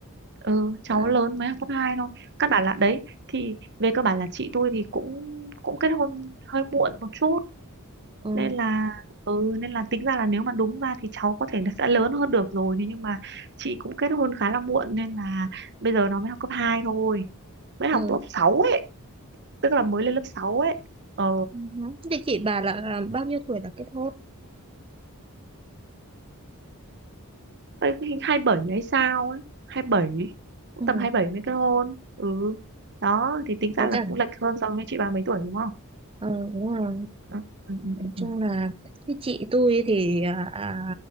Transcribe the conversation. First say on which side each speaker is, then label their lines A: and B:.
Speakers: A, on the right; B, on the right.
A: ừ, cháu
B: à,
A: lớn mới học cấp 2 thôi. Căn bản là đấy thì về cơ bản là chị tôi thì cũng cũng kết hôn hơi muộn một chút
B: ừ,
A: nên là ừ nên là tính ra là nếu mà đúng ra thì cháu có thể là sẽ lớn hơn được rồi thế nhưng mà chị cũng kết hôn khá là muộn nên là bây giờ nó mới học cấp 2 thôi. Mới
B: ừ.
A: học lớp 6 ấy, tức là mới lên lớp 6 ấy. Ờ.
B: ừ. thế chị bà là là bao nhiêu tuổi là kết hôn
A: Đấy, cái hai bảy hay sao ấy hai bảy cũng
B: ừ.
A: tầm hai bảy mới kết hôn ừ đó thì tính ra
B: với
A: là
B: cả
A: cũng lệch hơn so với chị ba mấy tuổi đúng không
B: ờ đúng rồi
A: ừ, ừ, ừ,
B: nói
A: ừ.
B: chung
A: ừ.
B: là cái chị tôi thì à, à,